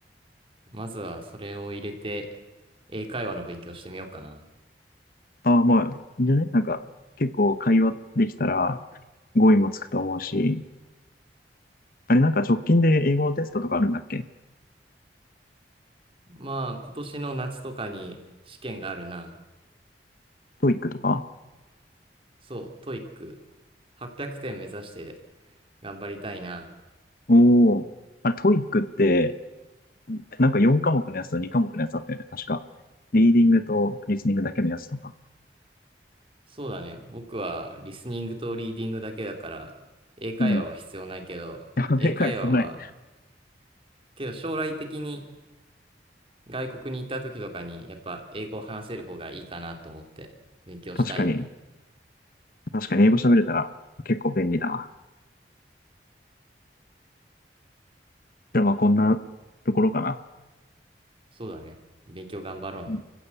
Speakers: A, on the right; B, on the left.
A: まずはそれを入れて、英会話の勉強してみようかな。
B: ああ、まあ、いいんじゃねなんか、結構会話できたら語彙もつくと思うし、あれなんか直近で英語のテストとかあるんだっけ
A: まあ、今年の夏とかに試験があるな。
B: トーイックとか
A: そう、トイック800点目指して頑張りたいな。
B: おおあれトーイックって、なんか4科目のやつと2科目のやつあったよね、確か。リーディングとリスニングだけのやつとか。
A: そうだね。僕はリスニングとリーディングだけだから、英会話は必要ないけど、
B: うん。加盟会必ない。
A: 英会話は、けど将来的に外国に行った時とかに、やっぱ英語を話せる方がいいかなと思って勉強したいよね。
B: 確かに。確かに英語喋れたら結構便利だわ。じゃあまあこんなところかな。
A: そうだね。勉強頑張ろうね。
B: う